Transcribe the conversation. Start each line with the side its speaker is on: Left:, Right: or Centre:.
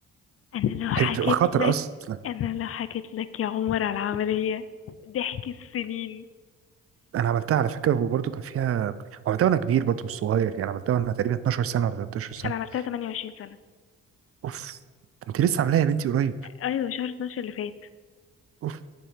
Left: انا لو حكيت
Right: هي بتبقى خطر
Left: لك
Right: اصلا
Left: انا لو حكيت لك يا عمر على العمليه ضحك السنين
Right: انا عملتها على فكره وبرده كان فيها عملتها وانا كبير برده مش صغير يعني عملتها وانا تقريبا 12 سنه ولا 13
Left: انا عملتها
Right: سنه
Left: 28 سنه
Right: اوف انت لسه عاملاها يا بنتي قريب
Left: ايوه شهر 12 اللي فات
Right: اوف